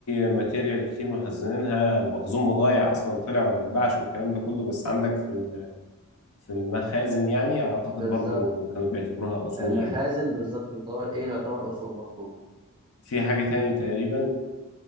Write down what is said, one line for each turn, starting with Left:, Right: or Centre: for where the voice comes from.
Left: ماتيريال كتير مخزنينها او مخزون بضايع اصلا طلع وما اتباعش والكلام ده كله بس عندك في في المخازن يعني أعتقد
Right: بالظبط
Left: برضو كانوا بيعتبروها أصول
Right: المخازن
Left: يعني
Right: بالظبط يعتبر ايه تعتبر اصول مظبوط
Left: في حاجة تاني تقريبا